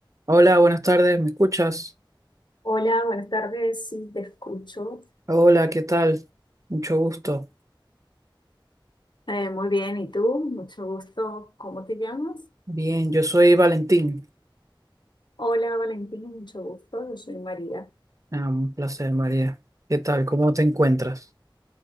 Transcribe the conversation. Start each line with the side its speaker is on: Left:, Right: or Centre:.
Right: Hola, buenas tardes, ¿me escuchas?
Left: Hola, buenas tardes, sí, te escucho.
Right: Hola, ¿qué tal? Mucho gusto.
Left: Eh, muy bien, ¿y tú? Mucho gusto. ¿Cómo te llamas?
Right: Bien, yo soy Valentín.
Left: Hola, Valentín, mucho gusto. Yo soy María.
Right: Ah, un placer, María. ¿Qué tal? ¿Cómo te encuentras?